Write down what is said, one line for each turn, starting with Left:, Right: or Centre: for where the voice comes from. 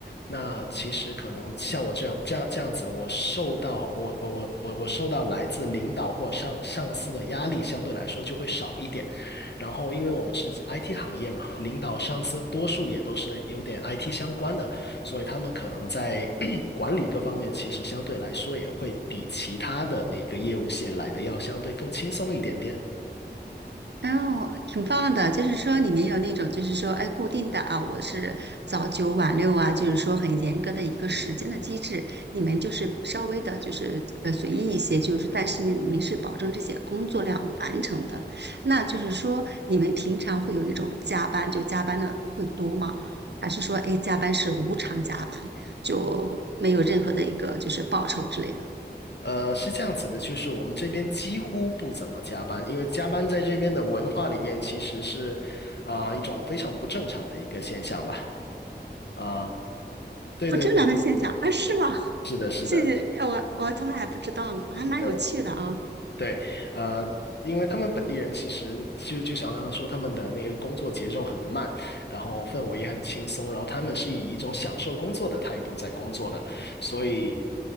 Left: 那其实可能像我这样这样这样子，我受到我我我我我受到来自领导或上上司的压力相对来说就会少一点。然后，因为我们是 IT 行业嘛，领导上司多数也都是有点 IT 相关的，所以他们可能在 <clears throat> 管理各方面其实相对来说也会比其他的那个业务线来的要相对更轻松一点点。
Right: 哦，挺棒的，就是说你们有那种，就是说，哎，固定的啊，我是早九晚六啊，就是说很严格的一个时间的机制。你们就是稍微的，就是呃随意一些，就是但是呢，你们是保证这些工作量完成的。那就是说，你们平常会有一种加班，就加班的会多吗？还是说，哎，加班是无偿加班，就没有任何的一个就是报酬之类的？
Left: 呃，是这样子的，就是我们这边几乎不怎么加班，因为加班在这边的文化里面其实是，啊、一种非常不正常的一个现象吧。啊、对对对，
Right: 不正常的现象啊？是吗？
Left: 是的，
Right: <laughs>
Left: 是的。
Right: 这谢呃我我从来还不知道呢，还蛮有趣的啊。
Left: 对。对，呃，因为他们本地人其实就就像我刚刚说，他们的那个工作节奏很慢，然后氛围也很轻松，然后他们是以一种享受工作的态度在工作的，所以，